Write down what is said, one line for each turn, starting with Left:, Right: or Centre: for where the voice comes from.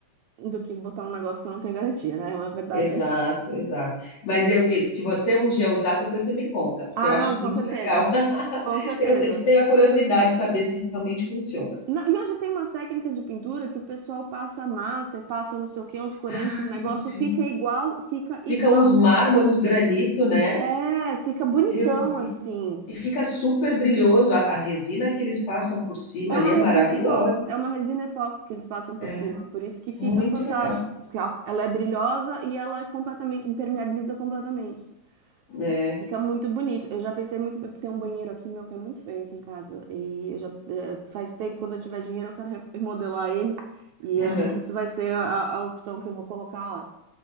Right: do que botar um negócio que eu não tenho garantia, né? A verdade
Left: Exato,
Right: é.
Left: exato. Mas eu que se você um dia usar, depois você me conta, porque
Right: Ah,
Left: eu acho
Right: não, com
Left: muito
Right: certeza.
Left: legal. <laughs>
Right: Com certeza.
Left: Eu, eu tenho a curiosidade de saber se realmente funciona.
Right: Não, e hoje tem umas técnicas de pintura que o pessoal passa massa e passa não sei o que, uns corantes,
Left: Ah,
Right: o negócio
Left: eu
Right: fica
Left: vi.
Right: igual, fica igual.
Left: Fica uns mármore, uns granito, né?
Right: É, fica bonitão
Left: Eu vi.
Right: assim.
Left: E fica super brilhoso. A, a resina que eles passam por cima
Right: É
Left: ali
Right: uma
Left: é
Right: resina
Left: maravilhosa.
Right: epóxi, é uma resina epóxi que eles passam por
Left: É
Right: cima, por isso que fica
Left: Muito
Right: fantástico,
Left: legal.
Right: porque ela ela é brilhosa e ela é completamente impermeabiliza completamente.
Left: É.
Right: Fica muito bonito. Eu já pensei muito bem, tem um banheiro aqui meu que é muito feio aqui em casa e eu já eh, faz tempo quando eu tiver dinheiro eu quero remodelar ele e
Left: aham.
Right: acho que isso vai ser a, a opção que eu vou colocar lá.